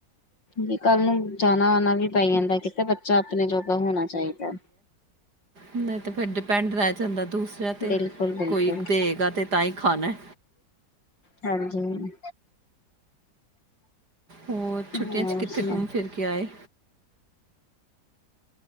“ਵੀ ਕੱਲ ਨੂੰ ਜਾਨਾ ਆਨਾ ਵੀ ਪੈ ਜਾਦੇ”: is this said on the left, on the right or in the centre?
Left